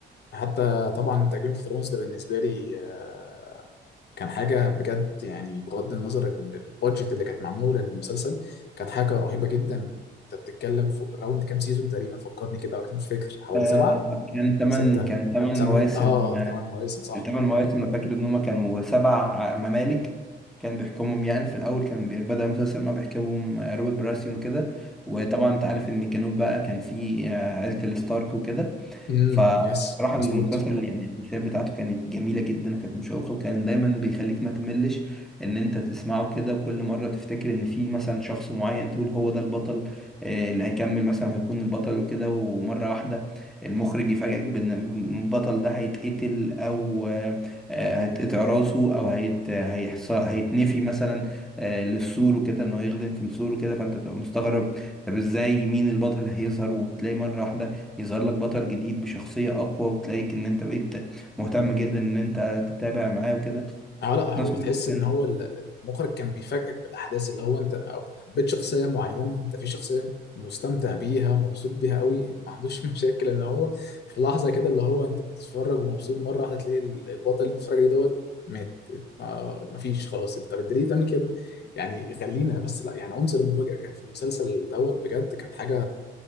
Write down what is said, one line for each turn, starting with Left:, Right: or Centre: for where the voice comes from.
Left: حتى طبعا تجربة اوف ثرونز ده بالنسبة لي آه، كان حاجة بجد يعني بغض النظر إن البادجت اللي كانت معمولة للمسلسل كانت حاجة رهيبة جدا أنت بتتكلم في راوند كام سيزون تقريبا فكرني كده أكتر مش فاكر حوالي
Centre: آه،
Left: سبعة
Centre: كان تمن
Left: ستة
Centre: كان تمن
Left: ثمانية
Centre: مواسم
Left: آه تمن مواسم صح
Centre: كان تمن مواسم انا فاكر ان هما كانوا سبع ممالك كان بيحكمهم يعني في الاول كان بي- بدأ المسلسل ان هو بيحكمهم آه، روبرت براسيون وكده وطبعا انت عارف ان الجنوب بقى كان فيه آه، عيلة الستارك وكده
Left: امم
Centre: فراح
Left: يس مظبوط
Centre: المسلسل يعني الرسالة بتاعته كانت جميلة جدا وكانت مشوقة وكان دايما بيخليك ما تملش ان انت تسمعه كده وكل مرة تفتكر ان في مثلا شخص معين تقول هو ده البطل آه، اللي هيكمل مثلا هيكون البطل وكده ومرة واحدة المخرج يفاجئك بان البطل ده هيتقتل او آه، آه، هيتقطع راسه او هيت هيحص- هيتنفي مثلا آه، للسور وكده انه يخدم في السور وكده فانت تبقى مستغرب طب ازاي مين البطل هيظهر وتلاقي مرة واحدة يظهر لك بطل جديد بشخصية أقوى وتلاقيك إن أنت بقيت مهتم جدا إن أنت تتابع معاه وكده
Left: اه لا هو
Centre: في نفس الوقت
Left: تحس
Centre: كان
Left: ان هو ال- ال- المخرج كان بيفاجئك بالاحداث اللي هو انت أو حبيت شخصيه معينه انت في شخصيه مستمتع بيها ومبسوط بيها قوي ما عندوش <laughs> مشاكل ان هو في لحظه كده اللي هو انت بتتفرج ومبسوط مره واحده تلاقي ال- البطل اللي انت بتتفرج عليه دوت مات آه مفيش خلاص طب انت ليه تعمل كده يعني خلينا بس لا يعني عنصر المفاجاه كان في المسلسل دوت بجد كانت حاجه